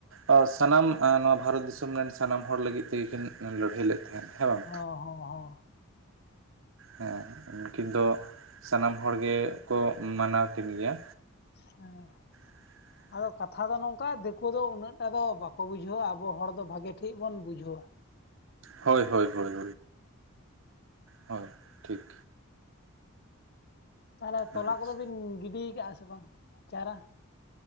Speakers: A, on the right; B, on the left.
A: ᱚ ᱥᱟᱱᱟᱢ ᱟᱸᱻ ᱱᱚᱣᱟ ᱵᱷᱟᱨᱚᱛ ᱫᱤᱥᱚᱢ ᱨᱮᱱ ᱥᱟᱱᱟᱢ ᱦᱚᱲ ᱞᱟᱹᱜᱤᱫ ᱛᱮᱜᱮᱠᱤᱱ ᱞᱟᱹᱲᱦᱟᱹᱭ ᱞᱮᱫ ᱛᱟᱦᱮᱸᱫ ᱦᱮᱸ ᱵᱟᱝ
B: ᱦᱚᱸ ᱦᱚᱸ ᱦᱚᱸ
A: ᱦᱮᱸ ᱩᱱᱠᱤᱱ ᱫᱚ ᱥᱟᱱᱟᱢ ᱦᱚᱲ ᱜᱮᱠᱚ ᱢᱟᱱᱟᱣ ᱠᱤᱱ ᱜᱮᱭᱟ
B: ᱦᱮᱸ
A: <inaudible>
B: ᱟᱫᱚ ᱠᱟᱛᱷᱟ ᱫᱚ ᱱᱚᱝᱠᱟ ᱫᱤᱠᱩ ᱫᱚ ᱩᱱᱟᱹᱜ ᱴᱟ ᱫᱚ ᱵᱟᱠᱚ ᱵᱩᱡᱷᱟᱹᱣᱟ ᱟᱵᱚ ᱦᱚᱲ ᱫᱚ ᱵᱷᱟᱜᱮ ᱴᱷᱤᱠ ᱵᱚᱱ ᱵᱩᱡᱷᱟᱹᱣᱟ
A: ᱦᱳᱭ ᱦᱳᱭ ᱦᱳᱭ, ᱦᱳᱭ ᱴᱷᱤᱠ
B: ᱛᱟᱦᱚᱞᱮ ᱛᱚᱞᱟ
A: ᱟᱪᱪᱷᱟ
B: ᱠᱚᱫᱚ ᱵᱤᱱ ᱜᱤᱰᱤ ᱠᱟᱜᱼᱟ ᱥᱮ ᱵᱟᱝ ᱪᱟᱨᱟ